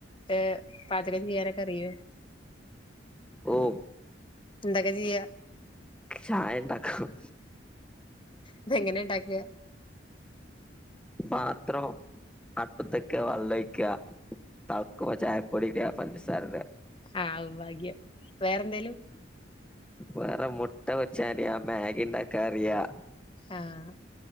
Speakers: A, on the left (about 25°); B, in the centre.
A: ഏ പാചകം ചെയ്യാനൊക്ക അറിയോ
B: ഓ
A: എന്തക്കെ ചെയ്യാ
B: ചായ ഇണ്ടാക്കും
A: ഇതെങ്ങനെ ഇണ്ടാക്കാ
B: പാത്രം അടുപ്പത്തക്കെ വള്ളയിക്കാ തളക്കുമ്പ ചായ പൊടി ഇട്യാ പഞ്ചസാര ഇടാ
A: ആ ഭാഗ്യം വേറെ എന്തേലും
B: വേറെ മുട്ട വെച്ചടിയാം മ്യാഗ ഇണ്ടാക്കാറിയാം
A: ആഹ